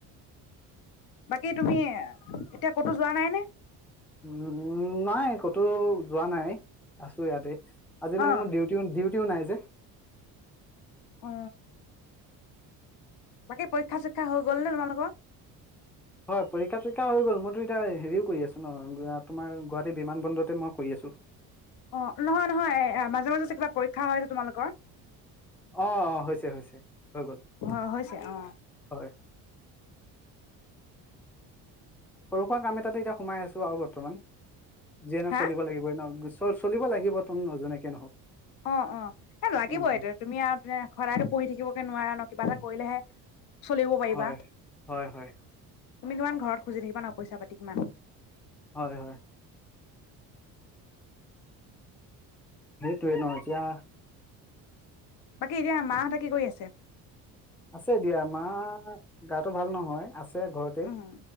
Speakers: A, on the left; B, in the centre.
A: বাকী তুমি এতিয়া ক'তো যোৱা নাই নে
B: উম নাই। কতো যোৱা নাই। আছো ইয়াতে। আজি মানে
A: অ
B: মোৰ ডিউটি ডিউটিও নাই যে।
A: অ। বাকী পৰীক্ষা চৰীক্ষা হৈ গ'ল নে তোমালোকৰ?
B: হয় পৰীক্ষা চৰীক্ষা হৈ গ'ল মইতো এতিয়া হেৰিও কৰি আছো ন তোমাৰ গুৱাহাটী বিমান বন্দৰতে মই কৰি আছো।
A: অ', নহয় নহয় মাজে মাজে কিবা পৰীক্ষা হয় যে তোমালোকৰ।
B: অ' অ'। হৈছে। হৈছে। হৈ গ'ল
A: অ হৈছে। অ।
B: হয় সৰু- সুৰা কাম এটাতে এতিয়া সোমাই আছো আৰু বৰ্তমান। যিয়ে নহক
A: হা
B: চলিব লাগিবই ন। চলিব লাগিব তুম নজনেকে নহওক।
A: অ', অ, এ লাগিব
B: উম
A: এতিয়া তুমি আৰু সদায়তো পঢ়ি থাকিব কে নোৱাৰা ন কিবা এটা কৰিলেহে চলিব পাৰিবা
B: হয় হয় হয়।
A: তুমি কিমান ঘৰত খুজি থাকিবা ন পইচা পাতি কিমান।
B: হয়। হয়। সেইটোয়ে ন এতিয়া
A: বাকী এতিয়া মাহঁতে কি কৰি আছে?
B: আছে দিয়া। মা গাটো ভাল নহয়। আছে আছে ঘৰতে।
A: উম